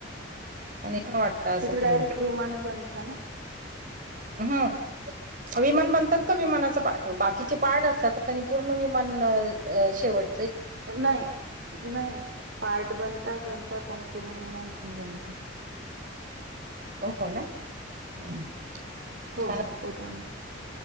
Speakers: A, on the right; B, on the right.
A: आणि पण वाटत असं
B: तिथे
A: ते
B: डायरेक्ट विमान बनता ना
A: हम्म. विमान बनतात का विमानाच बाकीचे पार्ट असतात आणि पूर्ण विमान शेवट
B: नाही नाही. पार्ट बनताच बनता पण पूर्ण विमान पण बनत
A: हो हो ना हम्म.
B: हो
A: छान
B: हो पुर्ण